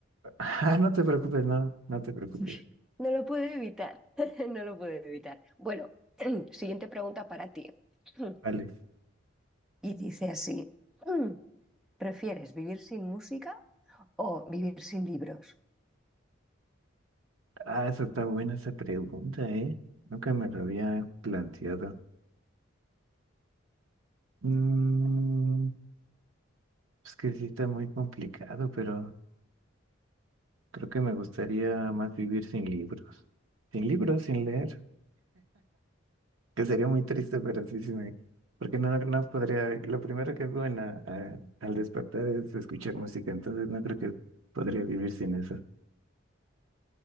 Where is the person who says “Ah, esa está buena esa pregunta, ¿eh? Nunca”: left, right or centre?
Right